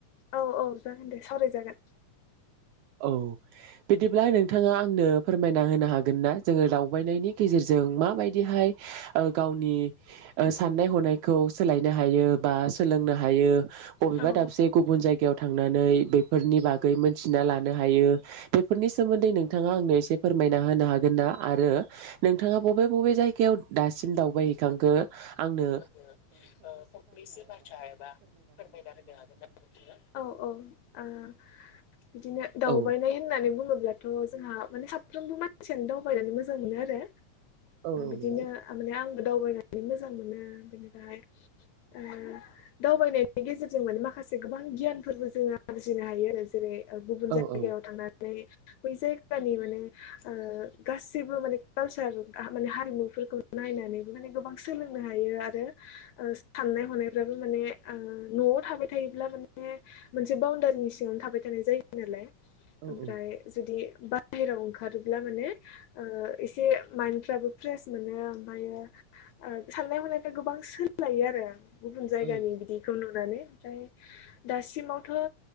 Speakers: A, on the left (about 75°); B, on the right (about 80°).
A: औ औ जागोन दे सावरायजागोन
B: औ बिदिब्ला नोंथाङा आंनो फोरमायना होनो हागोन ना जोङो दावबायनायनि गेजेरजों माबायदिहाय ओ गावनि ओ साननाय हनाय खौ सोलायनो हायो बा सोलोंनो हायो बबेबा
A: औ
B: दाबसे
A: औ
B: गुबुन जायगायाव थांनानै बेफोरनि बागै मोनथिना लानो हायो। बेफोरनि सोमोन्दै नोंथाङा आंनो एसे फोरमायना होनो हा गोनना आरो नोंथाङा बबे बबे जायगायाव दासिम दावबायहैखांखो आंनो
A: <unintelligible> ओ फंनैसो बाथ्रा एबा फोरमायना होनो हागोन ना नोंथाङा? औ औ <unintelligible> ओ बिदिनो दावबायनाय
B: औ
A: होननानै बुङोब्लाथ' जोंहा माने साफ्रोमबो मा मानसिनो दावबायनानै मोजां मोनो आरो
B: औ औ
A: बिदिनो
B: नंगौ
A: माने आं दावबायनानै मोजां मोनो बेनिफ्राय ओ दावबायनायनि गेजेरजों माने माखा माखासे गोबां गियानफोरबो जोङो आरजिनो हायो आरो जेरै- गुबुन
B: औ
A: जायगायाव
B: औ
A: थांनानै बै जायगानि माने ओ गासिबो माने कालसार माने हारिमुफोरखौ नायनानैबो माने गोबां सोलोंनो हायो। हायो आरो ओ साननाय हनायफ्राबो माने ओ न'आव थाबाय थायोब्ला माने मोनसे बाउण्डारिनि सिङावनो थाबाय थानाय जायो नालाय।
B: औ
A: ओमफ्राय जुदि बाहेरायाव ओंखारो ब्ला मोने ओ एसे माइण्ड फोराबो फ्रेस मोनो आमफ्रायो ओ सानाय हनायफ्रा गोबां सोलायो आरो गुबुन जायगानि
B: औ
A: बिदिखौ नु नानै ओमफ्राय दासिमावथ' ओ